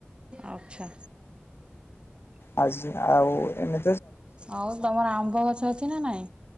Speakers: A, on the right; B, on the left.
A: ଆଚ୍ଛା
B: ଆଜି ଆଉ ଏମି
A: ଆଉ ତମର ଆମ୍ବ ଗଛ ଅଛି ନା ନାଇଁ।